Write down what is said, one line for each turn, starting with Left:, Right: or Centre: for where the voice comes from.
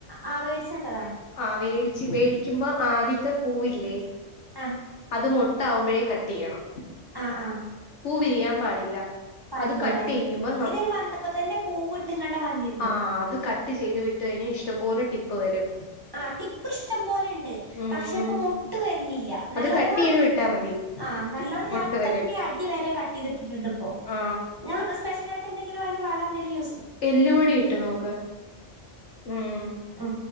Right: ആഹ് മേടിച്ചെട്ടതാണ്
Left: ആ പ വേടിച്ച് വേടിക്കുമ്പോ ആദ്യത്തെ പൂവില്ലേ
Right: ആഹ്
Left: അത് മുട്ട ആകുമ്പോഴേ കട്ട് ചെയ്യണം
Right: ആഹ് ആഹ്
Left: പൂ വിരിയാൻ പാടില്ല
Right: പടില്ലല്ലേ
Left: അത് കട്ട് ചെയ്യുമ്പോ
Right: ഇതിന് വന്നപ്പോ തന്നെ പൂവിട്ടിങ്ങാണ്ട വന്നി
Left: ആഹ് അത് കട്ട് ചെയ്ത് വിട്ട് കഴിഞ്ഞാൽ ഇഷ്ടം പോലെ ടിപ്പ് വരും
Right: ആഹ് ടിപ്പ് ഇഷ്ടം പോലെ ഉണ്ട്
Left: ഉം
Right: പക്ഷെ ഇപ്പം മുട്ട് വരുന്നില്ല
Left: അത്
Right: നല്ലോണം
Left: കട്ട് ചെയ്ത് വിട്ടാ മതി
Right: ആഹ് നല്ലോണം
Left: മൊട്ട
Right: ഞാൻ ഒക്കത്തിന്റെ
Left: വരും
Right: അടി വരെ കട്ട് ചെയ്തിട്ടിട്ടുണ്ട് ഇപ്പോ
Left: ആ
Right: ഞനു സ്പെഷ്യല ആയിട്ട് എന്തെങ്കിലും അതിന് വളം എന്തേല യൂ
Left: എല്ലുപൊടി ഇട്ട് നോക്ക് ഉം
Right: ആ